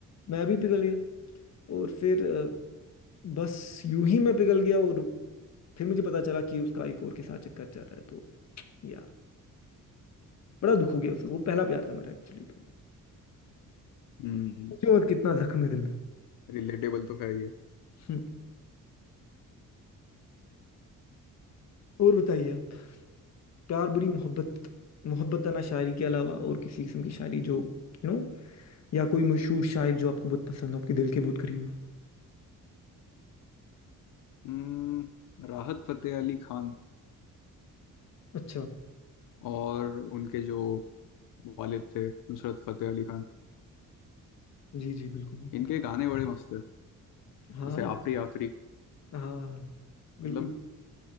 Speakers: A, on the left; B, on the left.
A: मैं भी पिघल गया और फिर अ, बस यूं ही मैं पिघल गया और फिर मुझे पता चला कि उसका एक और के साथ चक्कर चल रहा है तो यार बड़ा दुख हो गया उसको वो पहला प्यार था मेरा एक्चुअली तो
B: हम्म
A: सोचो मत कितना जख्म है दिल में
B: रिलेटेबल तो है ये
A: हम्म, और बताइए आप प्यार बड़ी मोहब्बत मोहब्बत ना शायरी के अलावा और किसी किस्म की शायरी जो यू नो या कोई मशहूर शायर जो आपको बहुत पसंद हो आपके दिल के बहुत करीब हो
B: हम्म राहत फतेह अली खान
A: अच्छा
B: और उनके जो वालिद थे नुसरत फतेह अली खान
A: जी जी बिल्कुल बिल्कुल
B: इनके गाने बड़े मस्त है
A: हाँ
B: जैसे आफरी आफरी
A: हाँ बिल्कुल
B: मतलब